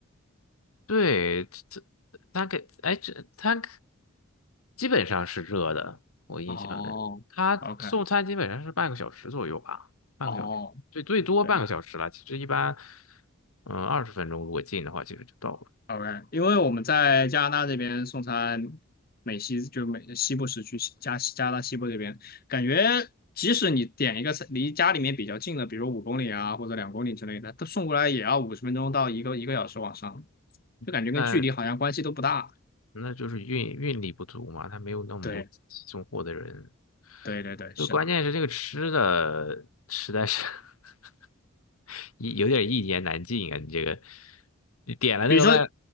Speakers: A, on the left; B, on the left.
A: 对，这这它给，哎，这他基本上是热的，我印象里，
B: 哦，OK，
A: 他送餐基本上是半个小时左右吧，半个小时，
B: 哦，
A: 最最多半个小时了。
B: 对，
A: 其实一般，嗯，二十分钟如果近的话，其实就到了。
B: OK，因为我们在加拿大这边送餐，美西就美西部时区西加加拿大西部这边，感觉即使你点一个餐离家里面比较近的，比如五公里啊或者两公里之类的，它送过来也要五十分钟到一个一个小时往上，就感觉跟距离好像关系都不大。
A: 但那就是运运力不足嘛，他没有那么多送货的人。
B: 对对对对，
A: 就关键是这个吃的实在是
B: 是的。
A: <laughs> 一有点一言难尽啊！你这个，你点了那个外，
B: 比如说，